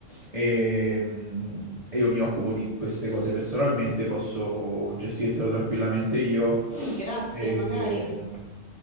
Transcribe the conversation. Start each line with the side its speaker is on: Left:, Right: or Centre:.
Right: e, mm, e io mi occupo di queste cose personalmente, posso gestirtelo tranquillamente io
Centre: Mm, grazie,
Right: Ehm,
Centre: magari.